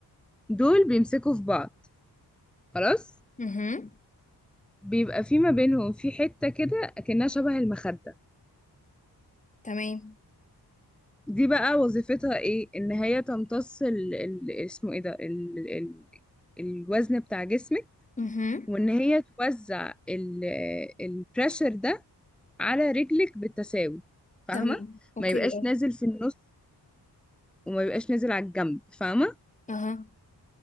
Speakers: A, in the centre; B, on the left.
A: دول بيمسكوا في بعض خلاص
B: اها
A: بيبقى في ما بينهم في حتة كده أكنها شبه المخدة
B: تمام
A: دي بقى وظيفتها إيه إن هي تمتص ال... ال... اسمه إيه ده ال... ال... الوزن بتاع جسمك
B: اها
A: وان هي توزع البريشر ده على رجلك بالتساوي فاهمه
B: تمام اوكي
A: ما يبقاش
B: اه
A: نازل في النص وما يبقاش نازل على الجنب فاهمه
B: اها